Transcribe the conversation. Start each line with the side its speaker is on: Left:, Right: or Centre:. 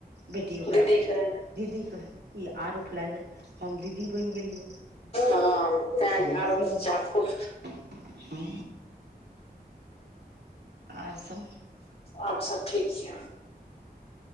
Right: बेटी ओकरा
Left: दीदीके
Right: दीदी कहै। ई आर उफ लए जाय हम दीदी बनि गेलियै,
Left: हँ तैं
Right: हम मौसी
Left: आरो बच्चा
Right: बनि गेलै।
Left: खुश
Right: हँ। आर सब।
Left: और सब ठीक छै।